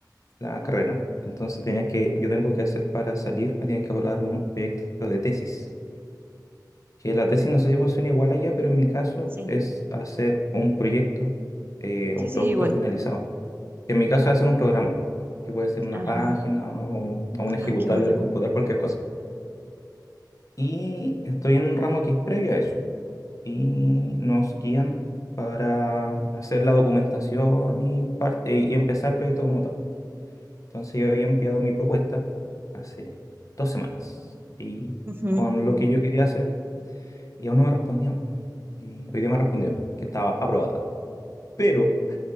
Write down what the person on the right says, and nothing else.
Sí,
sí,
sí,
bueno.
Ajá.
Ah, qué bueno.
Ujú.